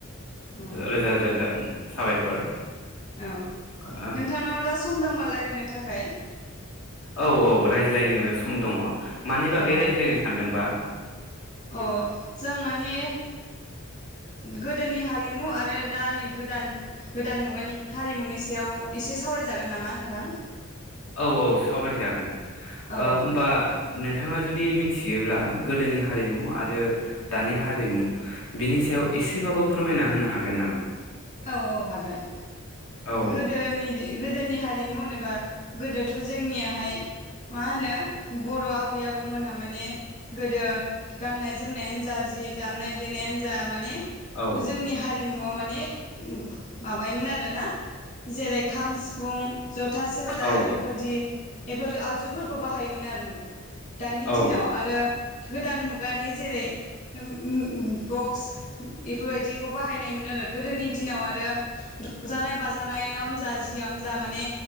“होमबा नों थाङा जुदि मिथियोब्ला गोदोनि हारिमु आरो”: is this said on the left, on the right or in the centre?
Left